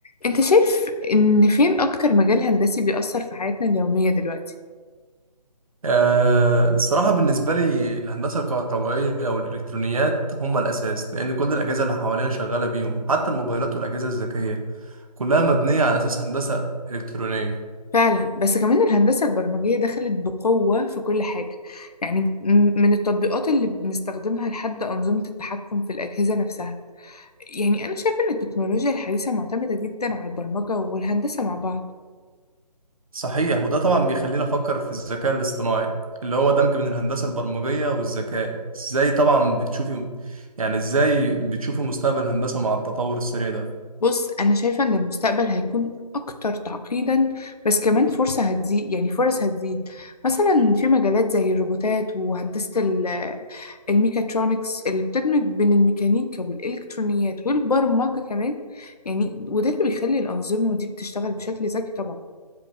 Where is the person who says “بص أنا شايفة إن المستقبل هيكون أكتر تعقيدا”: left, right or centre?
Left